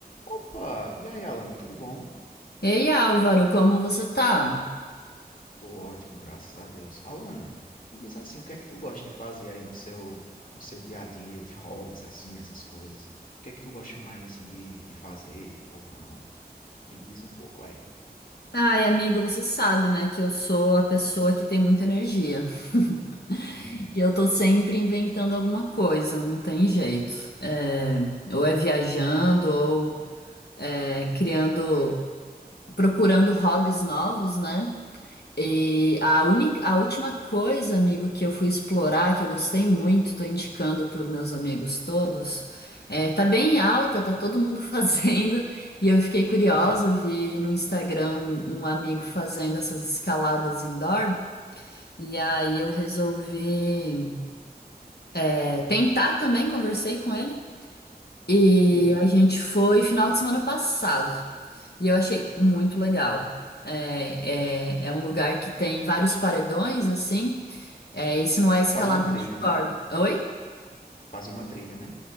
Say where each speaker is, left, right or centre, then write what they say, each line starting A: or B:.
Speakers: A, on the left; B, on the left.
A: Opa! E aí, Alana, tudo bom?
B: Ei, Álvaro, como você tá?
A: Tô ótimo, graças a Deus. Alana, me diz assim, o que é que tu gosta de fazer aí no seu no seu dia a dia, de hobbies assim, essas coisas? O que é que tu gosta mais assim de, de fazer ou não? Me diz um pouco aí.
B: Ai, amigo, você sabe, né, que eu sou a pessoa
A: Uhum.
B: que tem muita energia. <laughs>
A: Hum,
B: E eu tô sempre inventando alguma coisa, não tem jeito. É, ou é viajando, ou é, criando, procurando hobbies novos, né? E a única, a última coisa, amigo, que eu fui explorar, que eu gostei muito, tô indicando para os meus amigos todos, é, tá bem em alta, tá todo mundo <laughs> fazendo, e eu fiquei curiosa,
A: hum,
B: vi no Instagram um um amigo fazendo essas escaladas indoor, e aí eu resolvi, é, tentar também, conversei com ele, e
A: hum.
B: a gente foi final de semana passado, e eu achei muito legal. é, é é um lugar que tem vários paredões, assim, É, esse não é escalada
A: Fazer uma trilha,
B: de
A: né?
B: corda. Oi?
A: Fazer uma trilha, né?